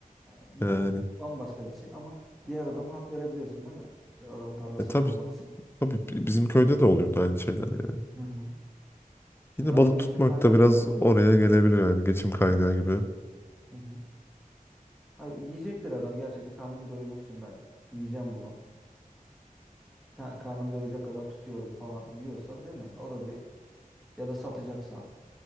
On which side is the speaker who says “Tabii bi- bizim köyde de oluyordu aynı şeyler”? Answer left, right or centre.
Left